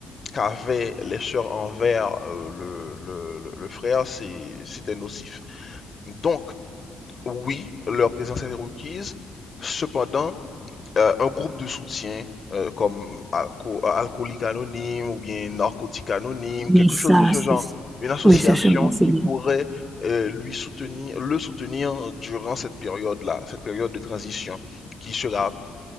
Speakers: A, on the left; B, on the right.
A: qu'avaient les sœurs envers euh, le, le, le le frère, c'est, c'était nocif. Donc, Oui, leur présence est requise. Cependant, euh, un groupe de soutien euh, comme alco alcoolique anonyme ou bien narcotique anonyme,
B: Mais
A: quelque
B: ça,
A: chose de ce
B: c'est...
A: genre, une association
B: Oui, ce sera, c'est
A: qui
B: bien.
A: pourrait euh, lui soutenir, le soutenir durant cette période-là, cette période de transition qui sera,